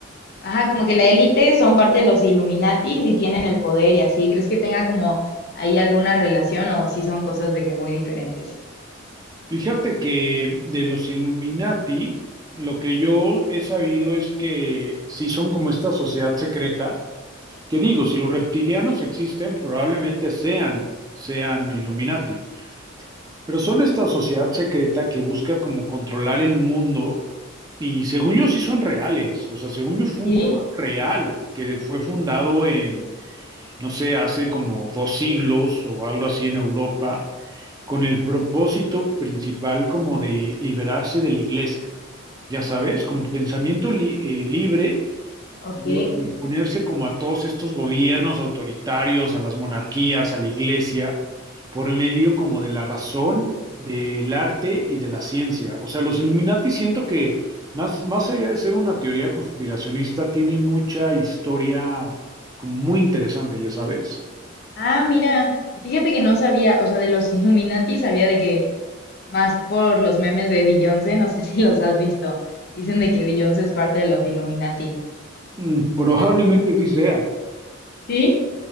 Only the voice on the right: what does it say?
Fíjate que de los Illuminati, lo que yo he sabido es que sí son como esta sociedad secreta, que digo, si los reptilianos existen, probablemente sean, sean Illuminati, pero son esta sociedad secreta que busca como controlar el mundo y según yo sí son reales, o sea, según yo fue
un grupo real que fue fundado en, no sé, hace como dos siglos o algo así en Europa con el propósito principal como de liberarse de la iglesia, ya sabes, como pensamiento li- eh, libre
y o- ponerse como a todos estos gobiernos autoritarios, a las monarquías, a la iglesia, por medio como de la razón, del arte y de la ciencia. O sea, los Illuminati siento que más, más allá de ser una teoría conspiracionista, tiene mucha historia como muy interesante, ya sabes.
Mm, Probablemente sí sea.